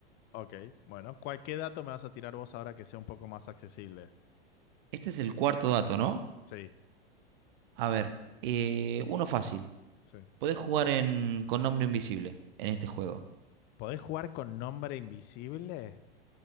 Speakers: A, on the left; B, on the right.
A: ok. Bueno, cualquier dato me vas a tirar vos ahora que sea un poco más accesible.
B: Este es el cuarto dato, ¿no?
A: Sí,
B: A ver, eh, uno fácil.
A: sí.
B: Podés jugar en, con nombre invisible en este juego.
A: ¿Podés jugar con nombre invisible?